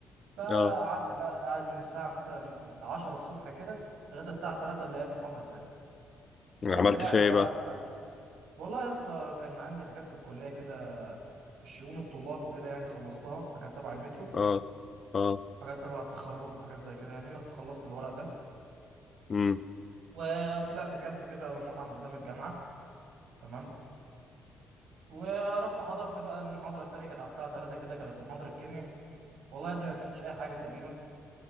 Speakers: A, on the right; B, on the left.
A: فقعدت
B: اه
A: بقى قاعد من الساعه مثلا 10 الصبح كده لغايه الساعه 3 اللي هي المحاضره التانيه فضلت
B: عملت
A: قاعد
B: فيها ايه
A: بقى
B: بقى؟
A: والله يا اسطى كان عندي حاجات في الكليه كده في الشؤون الطلاب وكده يعني خلصتها حاجات تبع المترو
B: اه اه
A: حاجات تبع التخرج وحاجات زي كده يعني رحت خلصت الورق ده
B: امم
A: وطلعت اكلت كده من مطعم قدام الجامعه تمام ورحت حضرت بقى المحاضره التانية كانت على الساعه 3 كده كانت محاضره كيمياء والله يا ابني ما فهمتش اي حاجه تقريبا